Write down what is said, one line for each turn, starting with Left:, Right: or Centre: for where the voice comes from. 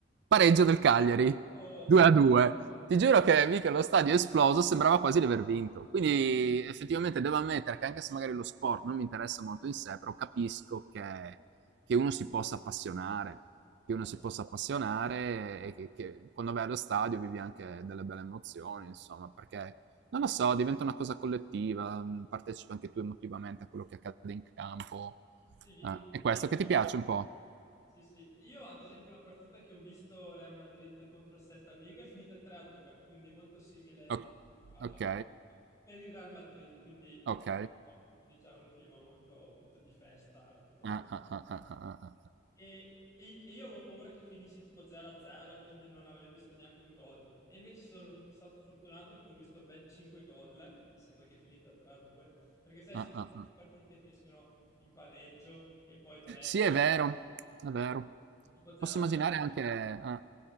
Right: pareggio del Cagliari,
Left: Oh,
Right: 2-2. Ti giuro che mica lo stadio è esploso, sembrava quasi di aver vinto. Quindi effettivamente devo ammettere che anche se magari lo sport non mi interessa molto in sé, però capisco che, che uno si possa appassionare che
Left: Certo.
Right: uno si possa appassionare e che, che quando vai allo stadio vivi anche delle belle emozioni, insomma, perché non lo so, diventa una cosa collettiva, mh, partecipi anche tu emotivamente a quello che accade in campo.
Left: Sì, vieni
Right: Eh,
Left: coinvolto.
Right: è questo che ti piace un po'?
Left: Sì, sì. Io, ad esempio, la partita che ho visto Real Madrid contro Celta Vigo è finita 3-2, quindi molto simile
Right: O-
Left: a...
Right: ok,
Left: per il Real Madrid, quindi, eh,
Right: ok.
Left: quindi c'era un clima molto appunto di festa, era tutto molto...
Right: Ah, ah, ah, ah, ah, ah,
Left: E, e- e io avevo paura che finisse tipo 0-0 e quindi non avrei visto neanche un gol. E invece sono stato fortunato perché ho visto ben 5 gol, essendo che è finita 3-2. Perché sai,
Right: ah,
Left: spesso
Right: ah, ah,
Left: le
Right: ah. ah.
Left: partite finiscono in pareggio e poi non è
Right: Sì,
Left: bello,
Right: è vero, è vero.
Left: tipo 0-0.
Right: Posso immaginare anche eh,